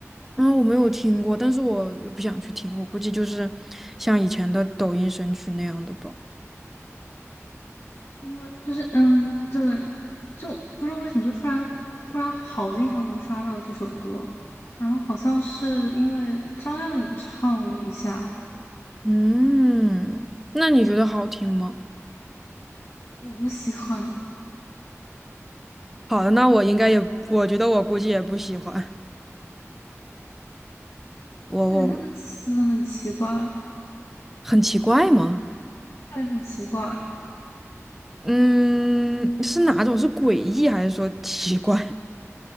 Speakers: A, in the centre; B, on the left.
A: 啊，我没有听过，但是我也不想去听，我估计就是像以前的抖音神曲那样的吧。
B: 因为就是嗯，对，就不知道为什么就突然突然好经常能刷到这首歌，然后好像是因为张靓颖唱了一下，
A: 嗯，那你觉得好听吗？
B: 我不喜欢，
A: 好的，那我应该也，我觉得我估计也不喜欢。
B: <laughs>
A: 我我
B: 对，她的词很奇怪，
A: 很奇怪吗？
B: 对，很奇怪，
A: 嗯，是哪种？是诡异还是说奇怪？